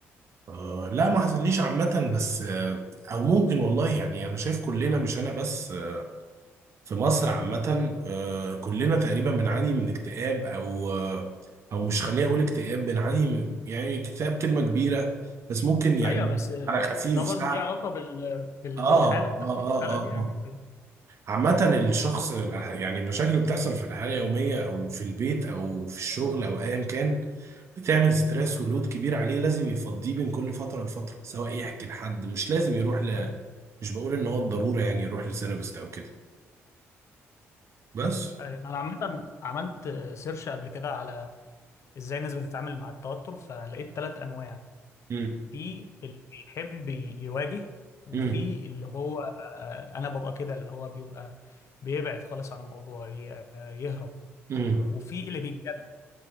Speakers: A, on the right; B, on the left.
A: آه لا ما حصليش عامة بس آه أو ممكن والله يعني أنا شايف كلنا مش أنا بس آه في مصر عامة آه كلنا تقريبا بنعاني من اكتئاب أو آه أو مش خليني أقول اكتئاب بنعاني من- يعني اكتئاب كلمة كبيرة بس ممكن يعني
B: ايوه بس آه،
A: على خفيف
B: ده برضو
A: سهل
B: ليه علاقة بال... بال...
A: آه
B: بالحالة
A: آه
B: بتاعت
A: آه
B: البلد
A: آه, آه.
B: يعني كده
A: عامة الشخص يعني المشاكل اللي بتحصل في الحياة اليومية أو في البيت أو في الشغل أو أيا كان بتعمل ستريس ولود كبير عليه لازم يفضيه بين كل فترة لفترة سواء يحكي لحد مش لازم يروح ل
B: ايوه
A: مش بقول إن هو الضرورة يعني يروح لسيرابست أو كده بس
B: أيوة. انا عامة عملت آه، سيرش قبل كده على ازاي الناس بتتعامل مع التوتر فلقيت ثلاث انواع
A: امم
B: في اللي بيحب يواجه وفي
A: امم
B: اللي هو آه، انا ببقى كده اللي هو بيبقى بيبعد خالص عن الموضوع ي- آه، يهرب
A: امم
B: وفي اللي بيتجنن